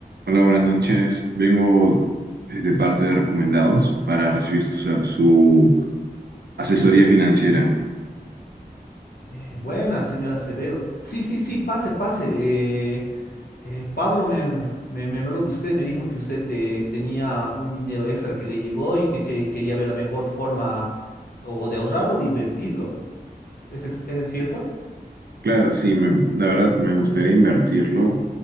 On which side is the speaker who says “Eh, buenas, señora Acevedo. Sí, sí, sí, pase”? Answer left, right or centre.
Left